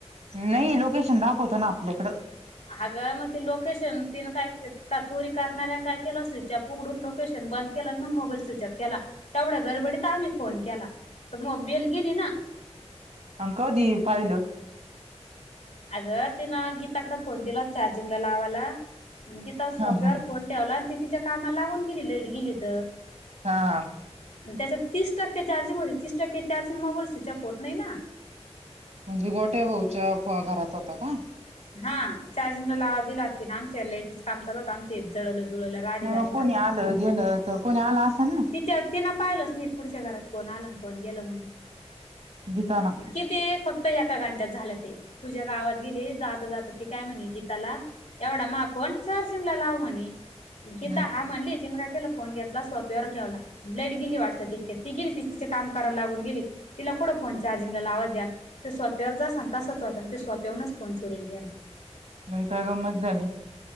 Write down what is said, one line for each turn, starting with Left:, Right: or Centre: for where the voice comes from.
Right: नाही लोकेशन दाखवतो ना आपल्याकडे
Left: हागं मध्येही मग ती लोकेशन तिनं काय केल का चोरी करणाऱ्यां काय केलं स्विचऑफ उघडून लोकेशन बंद केलान मग मोबाईल स्विचऑफ केला तेवढा गरबडीत तर आम्ही फोन केला तर मग बेल गेली ना
Right: आन कधी पाहीलं?
Left: अगं तिनं गीताकडे फोन दिला होता चार्जिंगला लावायला मंग गीता
Right: हा
Left: सोप्यावर
Right: हा
Left: फोन ठेवला आणि ती तिच्या कामाला लागून गेली लाईट गेली तर
Right: हा हा.
Left: आणि त्याच्यात तीस टक्के चार्जिंग होते तीस टक्के चार्जिंग मोबाईल स्विचऑप होत नाही ना
Right: म्हणजे गोट्या भाऊच्या फो घरात होता का?
Left: हा चार्जिंग लावल दिला होता तिनं आमच्या इथे लाईटीच काम चालू हो तं आमचे इथे जळाले जुळालं राडे
Right: नाही
Left: झाले
Right: मग
Left: ना
Right: कोणी
Left: तम
Right: आलं गेलं तर कोणी आल असेल ना?
Left: तिच्या तिनं पाहिलच नाही पुढच्या घरात कोण आलं आन कोण गेलं म्हणुन.
Right: गीता ना
Left: किती फक्त एका घंट्यात झालं ते. पूजा गावात गेली जाता जाता ती काय म्हणे गीताला एवढा माय फोन चार्जिंग लाव म्हणे
Right: हम्म
Left: गीता हा म्हणली तिननं काय केलं फोन घेतला सोप्यावर ठेवला लाईट गेली वाटतं तितकेत ती गेली ती तिचे काम कराला लागून गेली तिला कोठं फोन चार्जिंगला लावा द्या. ते सोप्यावर जसं आन तसच होता आणि ते सोप्यावरनच फोन चोरील गेला.
Right: मंग हे काय गंमत झाली?